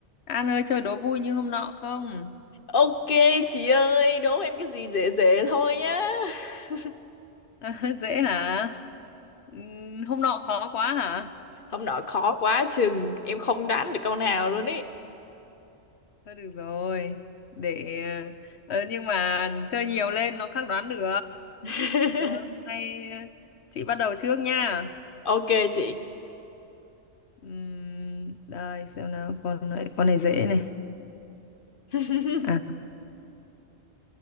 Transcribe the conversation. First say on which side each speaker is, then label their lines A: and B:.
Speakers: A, on the left; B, on the left.
A: An ơi chơi đố vui như hôm nọ không?
B: Ok chị ơi, đố em cái gì dễ dễ thôi nhá. <laughs>
A: <laughs> Dễ hả? Ừm, Hôm nọ khó quá hả?
B: Hôm nọ khó quá chừng em không đoán được câu nào luôn ý.
A: Thôi được rồi. Để ờ, nhưng mà chơi nhiều lên nó khắc đoán được.
B: <laughs>
A: Rồi hôm nay ờ, chị bắt đầu trước nha.
B: Ok chị.
A: Ừm, đây xem nào con này, con này dễ này.
B: <laughs>
A: À